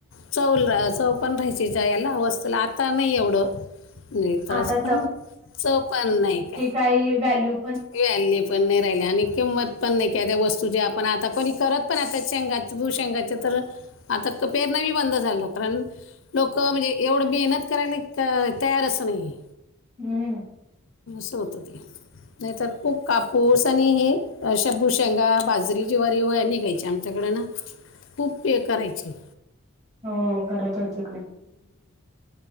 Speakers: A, on the left; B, on the right.
A: चव चव पण राहायची च याला वस्तूला आता नाही एवढं नाही तर
B: आता
A: असं पण सोपान नाही काय
B: का वॅल्यू
A: इवल् पण नाही राहिले आणि किंमत पण नाही कद्या वस्तू ज आपण आता कोणी करत पण आता शेंगा भूशेंगाच तर आता पेर नाहीी बंद झाल डॉक्टर लोकं म्हणजे एवढं मेहनत करायला तयारचं नाही
B: हम्म
A: सोत ते नाहीतर खूप कापूस आणि हे शब्भू शेंगा बाजरी जीवारी व निघायची आमच्या त्याच्याकडे ना खूप पे करायचे
B: हो खरात होते खूप